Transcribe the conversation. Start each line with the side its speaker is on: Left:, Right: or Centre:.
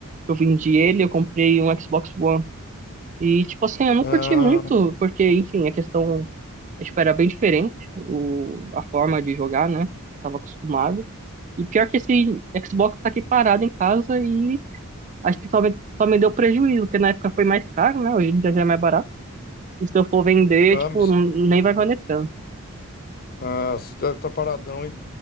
Right: que eu vendi ele, eu comprei um Xbox One. E, tipo assim, eu não
Left: Ah,
Right: curti muito, porque, enfim, a questão, é, tipo, era bem diferente, o, a forma de jogar, né, eu tava acostumado. E pior que esse Xbox tá aqui parado em casa e Acho que só me, só me deu prejuízo, porque na época foi mais caro, né? Hoje em dia já é mais barato. E se eu for vender,
Left: ah,
Right: tipo,
Left: mas
Right: n- nem vai valer tanto.
Left: ah, você tá, tá paradão, hein?